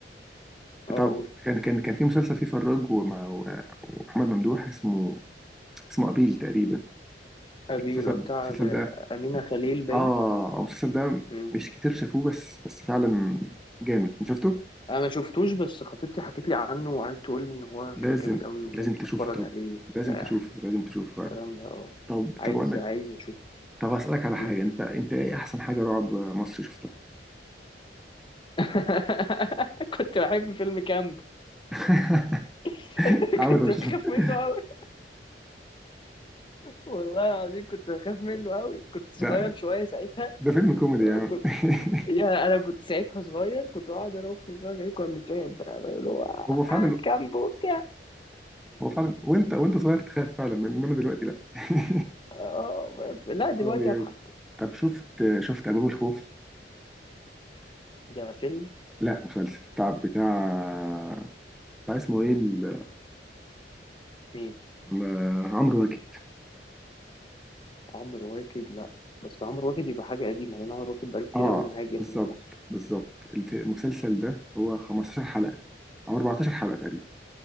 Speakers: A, on the left (about 30°); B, in the centre.
A: اه
B: طب
A: قول.
B: كان كان كان في مسلسل فيه فراج وما- ومحمد ممدوح اسمه اسمه قابيل تقريبا
A: أبي
B: المسلسل
A: بتاع
B: المسلسل ده
A: أمينة خليل باين
B: اه المسلسل ده
A: مم.
B: مش كتير شافوه بس بس فعلا جامد انت شفته
A: أنا ما شفتوش بس خطيبتي حكيت لي عنه وقعدت تقول لي إن هو
B: لازم
A: كان جامد قوي ولازم
B: لازم تشوفه
A: أتفرج
B: طب
A: عليه وبتاع
B: لازم تشوفه لازم تشوفه
A: الكلام
B: فعلا
A: ده أه
B: طب
A: عايز
B: طب اقول لك
A: عايز أشوفه
B: طب اسالك على حاجه
A: مم.
B: انت انت ايه احسن حاجه رعب مصري شفتها
A: <laughs> كنت بحب فيلم كامب
B: <laughs>
A: <laughs>
B: عامل
A: كنت
B: ده مش
A: بخاف
B: <laughs>
A: منه قوي والله العظيم كنت بخاف منه قوي كنت
B: ده
A: صغير شوية ساعتها
B: ده فيلم كوميدي يا عم
A: كنت
B: <laughs>
A: يا انا كنت ساعتها صغير كنت قاعد انا واختي نتفرج عليه كنا بنترعب بقى بقى اللي هو
B: هو فعلا
A: آه، كامب وبتاع
B: هو فعلا وانت وانت صغير تخاف فعلا انما دلوقتي لا <laughs>
A: <laughs> آه، لا دلوقتي
B: اه يا-
A: اضحك
B: طب شفت شفت ابواب الخوف
A: ده فيلم
B: لا مسلسل بتاع بتاع بتاع اسمه ايه ال-
A: مين
B: م- عمرو واكد
A: عمرو واكد لا بس عمرو واكد يبقى حاجة قديمة لأن عمرو واكد بقاله كتير
B: اه
A: قوي مهاجر
B: بالظبط
A: من مصر
B: بالظبط الف- المسلسل ده هو 15 حلقة او 14 حلقة تقريبا